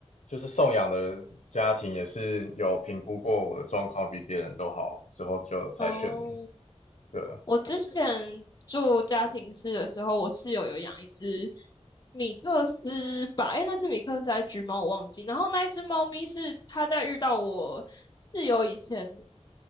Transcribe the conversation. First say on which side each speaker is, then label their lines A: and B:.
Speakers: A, on the left (about 85°); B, on the left (about 35°).
A: 就是送养的家庭也是有评估过我的状况比别人都好之后就才选的，
B: 哦，
A: 对啊，
B: 我之前住家庭式的时候，我室友有养一只米克斯吧，诶，那只米克斯还是橘猫，我忘记。然后那一只猫咪是它在遇到我室友以前